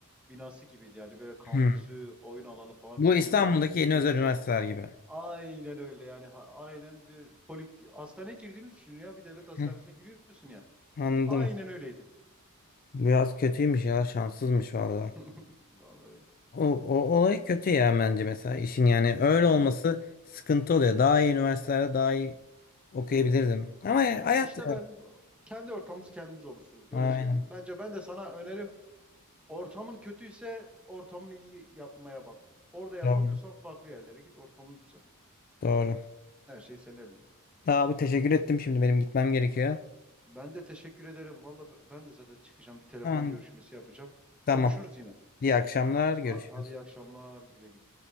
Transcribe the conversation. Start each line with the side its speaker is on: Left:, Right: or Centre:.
Centre: binası gibiydi yani böyle kampüsü,
Left: Hmm.
Centre: oyun alanı falan
Left: Bu
Centre: bir şey
Left: İstanbul'daki
Centre: yoktu. Bir,
Left: yeni özel üniversiteler gibi.
Centre: aynen öyle yani ha- aynen bir polik hastaneye girdiğini düşün ya bir devlet hastanesine
Left: Hı,
Centre: giriyorsun ya.
Left: anladım.
Centre: Aynen öyleydi.
Left: Biraz kötüymüş ya şanssızmış valla.
Centre: <laughs> Vallahi öyle.
Left: O, o olay kötü ya bence mesela işin yani öyle
Centre: Hmm.
Left: olması sıkıntı oluyor. Daha iyi üniversitelerde daha iyi okuyabilirdim. Ama ya- hayat
Centre: İşte
Left: ya.
Centre: ben kendi ortamımızı kendimiz oluşturduk
Left: Aynen.
Centre: öyle söyleyeyim. Bence ben de sana önerim ortamın kötüyse ortamını iyi yapmaya bak. Orada yapamıyorsan
Left: Doğru.
Centre: farklı yerlere git ortamını düzelt.
Left: Doğru.
Centre: Her şey senin elinde.
Left: Daha Abi teşekkür ettim. Şimdi benim gitmem gerekiyor.
Centre: Ben de teşekkür ederim. Valla ben de zaten çıkacağım. Bir telefon
Left: Tamam.
Centre: görüşmesi yapacağım.
Left: Tamam.
Centre: Konuşuruz yine.
Left: İyi akşamlar. Görüşürüz.
Centre: Hadi, hadi iyi akşamlar. Güle güle.